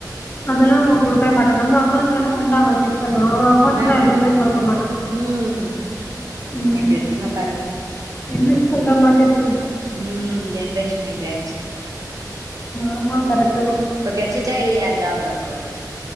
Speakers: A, on the left; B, on the right.
A: அதெல்லாம் அவன் குடுக்கவே மாட்டான் நம்ம அக்கௌண்ட் வேணா வந்தா பண்ணுவான் அவன் அக்கௌண்ட்ல்லாம்
B: அதானே
A: எதுவுமே குடுக்க மாட்டான்
B: ம்
A: ம்
B: எப்டி இருக்காங்க பாரு
A: என்ன சொல்ற மாதிரி இருக்கு
B: ம் ஜென்ரேஷன் இப்படியாச்சு
A: ஆமா கரெக்ட்டுதான்
B: இப்ப கிடைச்சிச்சா இல்லையா ஜாப் அப்போ